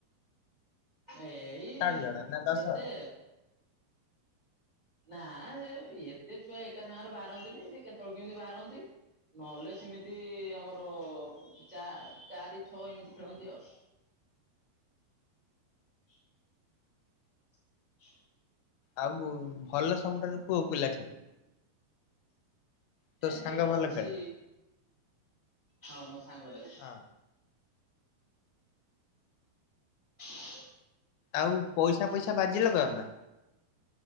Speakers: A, on the right (about 35°); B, on the left (about 80°).
A: ଏଇ
B: ସାତ ଆଠ ଜଣ ନା ଦଶ
A: କେତେ
B: ଜଣ
A: ନା ସେ ଏତେ ଛୁଆ ଏକା ସାଙ୍ଗରେ ବାହାରନ୍ତିନି ସେ କେତଏଳେ କୀନ୍ତି ବାହାରନ୍ତି। ନହେଲେ ସେମିତି ଆମର ଚା ଚାରି ଛଅ ଏମିତି ଖେଳନ୍ତି ଆଉ। <inaudible> <inaudible>
B: ଆଉ ଭଲ ସବୁଠାରୁ କୋଉ <unintelligible>
A: <inaudible>
B: ତୋ
A: ଏ
B: ସାଙ୍ଗ
A: ସେ ଗୋଟେ
B: ଭଲ
A: ଅଛି
B: ଖେଳେ
A: ହଁ ମୋ ସାଙ୍ଗଟେ।
B: ହଁ।
A: <inaudible>
B: ଆଉ ପଇସା ପଇସା ବାଜି ଲଗାଅ ନା?